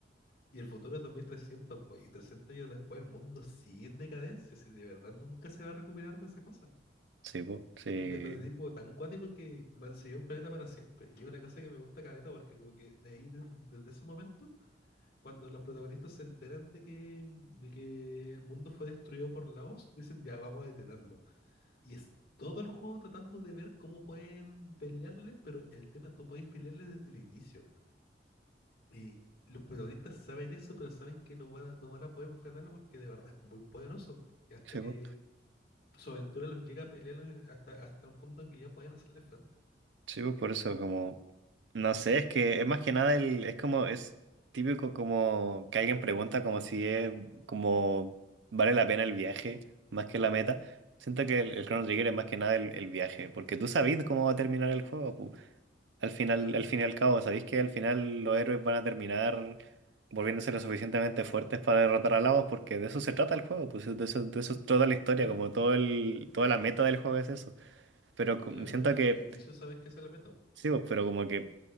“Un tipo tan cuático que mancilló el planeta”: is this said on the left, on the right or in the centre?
Left